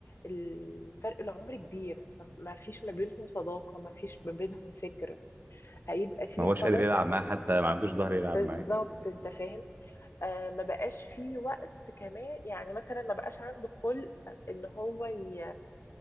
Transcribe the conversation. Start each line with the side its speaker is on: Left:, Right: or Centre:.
Left: الفرق العمر كبير ما ما فيش ما بينهم صداقة ما فيش ما بينهم فكر هيبقى فيه
Right: ما هوش
Left: خلاص
Right: قادر يلعب معاه حتى ما عندوش ظهر
Left: بالظبط
Right: يلعب معاه
Left: انت فاهم آه ما بقاش فيه وقت كمان يعني مثلا ما بقاش عنده خلق ان هو ي...